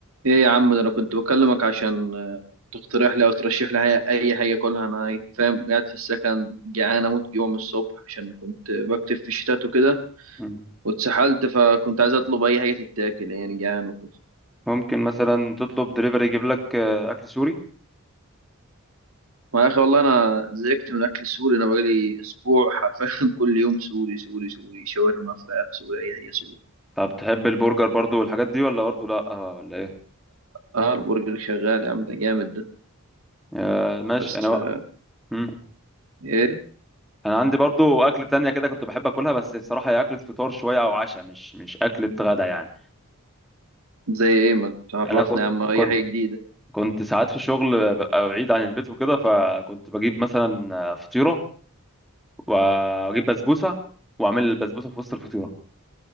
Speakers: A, on the right; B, in the centre.
A: ايه يا عم ده انا كنت بكلمك عشان آه، تقترح لي او ترشح لي اي أي حاجه اكلها انا فاهم قاعد في السكن جعان اموت جوع من الصبح عشان كنت بكتب في الشتات وكده
B: مم.
A: واتسحلت فكنت عايز اطلب اي حاجه تتاكل يعني جعان وكده
B: ممكن مثلا تطلب دليفري يجيب لك آه، اكل سوري
A: ما يا اخي والله انا زهقت من الاكل السوري انا بقالي اسبوع حرفيا <laughs> كل يوم سوري سوري سوري شاورما فراخ سوري اي حاجه سوري
B: طب تحب البرجر برضو والحاجات دي ولا برضو لا آه، ولا ايه
A: اه البرجر شغال يا عم ده جامد ده
B: آه، ماشي
A: بس
B: انا بقى
A: آه،
B: مم.
A: ايه
B: انا عندي برضو اكل تانية كده كنت بحب اكلها بس بصراحة هي اكلة فطار شوية او عشاء مش مش اكلة غدا يعني
A: زي ايه ما تعرفنا
B: انا كنت
A: يا عم اي
B: كنت
A: حاجه جديده
B: كنت ساعات في الشغل ببقى بعيد عن البيت وكده فكنت بجيب مثلا آه، فطيرة واجيب بسبوسة واعمل البسبوسة في وسط الفطيرة